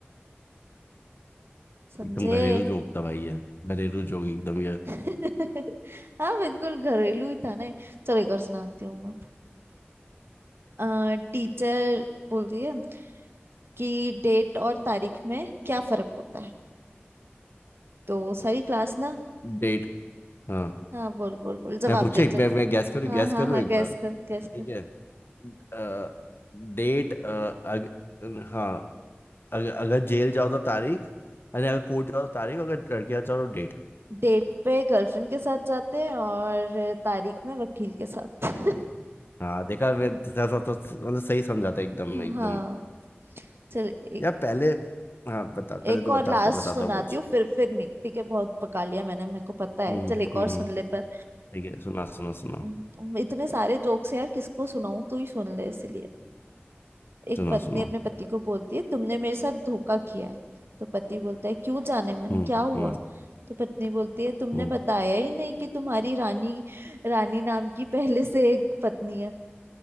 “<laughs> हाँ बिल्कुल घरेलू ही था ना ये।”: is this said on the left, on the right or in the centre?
Right